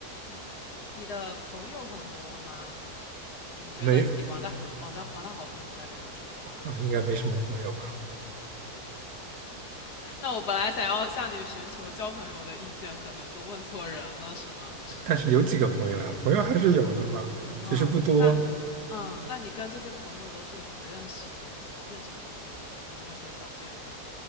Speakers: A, on the left; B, on the right.
A: 嗯，你的朋友很多吗？你觉得自己玩的好、
B: 没，
A: 玩的玩的好的朋友大概有几个？
B: 啊应该没什么朋友吧？
A: <laughs> 那我本来想要向你寻求交朋友的意见，可能就问错人了，是吗？
B: 但是有几个朋友呀，朋友还是有的嘛，
A: 嗯
B: 只是不多。
A: 嗯，那你嗯，那你跟这些朋友都是怎么认识的呢？怎么变成朋友的呢？有没有一些小建议？